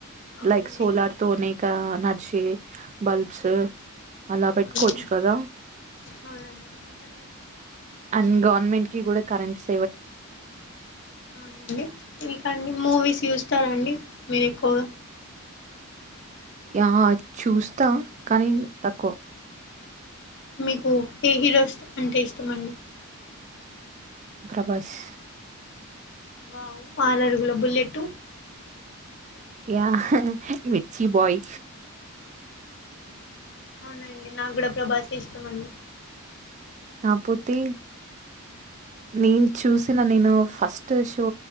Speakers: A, on the left; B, on the right.
A: అవునండి
B: లైక్ సోలార్ తో అనేక ఎనర్జీ బల్బ్స్ అలా పెట్టుకోవచ్చు
A: అవును
B: కదా
A: అవునండి
B: అండ్ గవర్నమెంట్ కి కూడా కరెంట్స్
A: అవునండి ఇంకా అండి మూవీస్ చూస్ తారా అండి మీరు ఎక్కువగా
B: యా చూస్తా కానీ తక్కువ
A: మీకు ఏ హీరోస్ అంటే ఇష్టమండి
B: ప్రభాస్
A: వావ్ ఆరు అడుగుల బుల్లెట్టు
B: యా మిర్చీ బాయ్
A: అవునండి నాక్కూడా ప్రభాసే ఇష్టమండి
B: కాపోతే నేన్ చూసిన నేను first show,